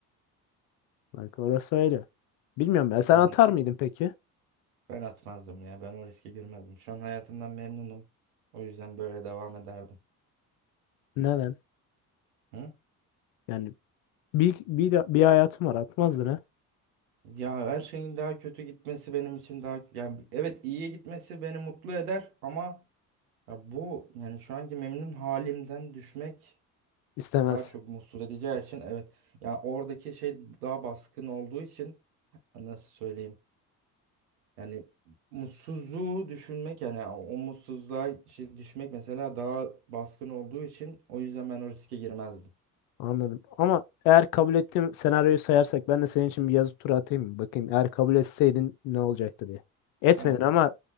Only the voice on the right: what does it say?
Yani
ben atmazdım ya ben o riske girmezdim. Şu an hayatımdan memnunum. O yüzden böyle devam ederdim.
Hı?
Ya her şeyin daha kötü gitmesi benim için daha yani evet iyiye gitmesi beni mutlu eder ama Ya bu yani şu anki memnun halimden düşmek
daha çok mutsuz edeceği için evet. Ya oradaki şey daha baskın olduğu için nasıl söyleyeyim? Yani mutsuzluğu düşünmek yani o mutsuzluğa şey düşmek mesela daha baskın olduğu için o yüzden ben o riske girmezdim.
Tamam.